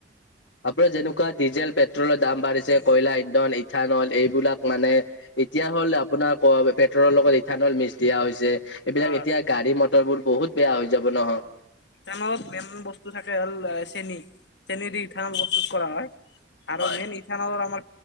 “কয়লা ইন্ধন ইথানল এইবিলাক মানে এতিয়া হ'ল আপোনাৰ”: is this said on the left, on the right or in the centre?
Left